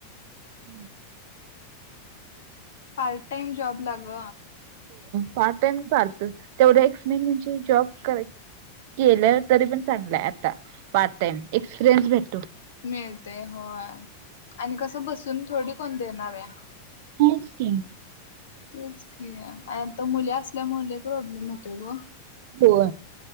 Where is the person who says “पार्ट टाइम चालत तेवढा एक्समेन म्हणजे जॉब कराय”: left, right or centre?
Right